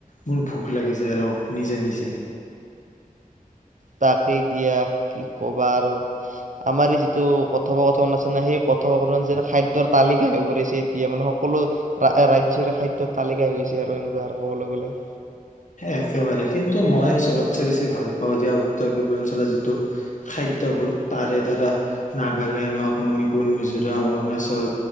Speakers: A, on the left; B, on the right.
A: মোৰ ভোক লাগি যায় আৰু নিজে নিজে।।
B: তাকেই দিয়া কি কবা আৰু আমাৰ এই যিটো কথোপকথন আছে না সেই কথোপকথন যে খাদ্যৰ তালিকা হৈছে এতিয়া, মানে সকলো ৰাজ্যৰে খাদ্যৰে তালিকা হৈ গৈছে আৰু এনেকুৱা আৰু ক'বলৈ গ'লে।
A: একেবাৰে কিন্তু মই চবতচে বেছি ভাল পাওঁ যে উত্তৰ পূৰ্বাঞ্চলৰ যিটো খাদ্যবোৰ তাৰে ধৰা নাগালেণ্ড হওঁক, মণিপুৰ, মিজোৰাম, অৰুণাচল,